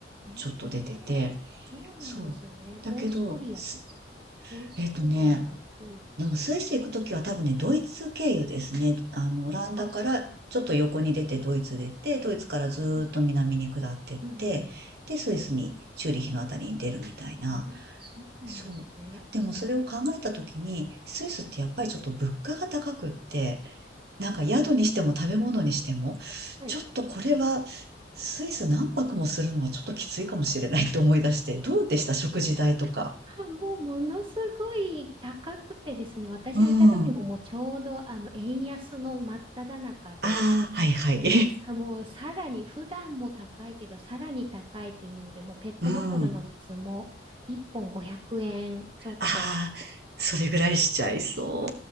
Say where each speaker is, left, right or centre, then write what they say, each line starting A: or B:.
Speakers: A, on the right; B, on the right.
A: ええそうなんですね。
B: ちょっと出てて。そう。だけど、
A: オーストリアですか。
B: す
A: オーストリア、
B: えっとね、
A: ドイツ。
B: でもスイス行くときは多分ね、ドイツ経由ですね。あの、オランダからちょっと横に出てドイツ出て、
A: あ、す
B: ドイツからずーっと南に下ってって、
A: うん、うん、うん。
B: で、スイスにチューリヒのあたりに出るみたいな。
A: あ、そうなんですね。
B: そう。でもそれを考えたときに、スイスってやっぱりちょっと物価が高くって、なんか宿にしても食べ物にしても、
A: はい。
B: ちょっとこれはスイス何泊もするのはちょっときついかもしれないって思い出して、どうでした食事代とか。
A: あ、もうものすごい高くてですね、私がいた時ももうちょうどあの円安の真っ只中で、
B: うん。ああ、はいはい。
A: まあさもうさらに普段も高いけど、さらに高いっていうので、もうペットボトルの水も1本500円ちょっと
B: <laughs> うん。うん。ああ、それぐらいしちゃいそ
A: し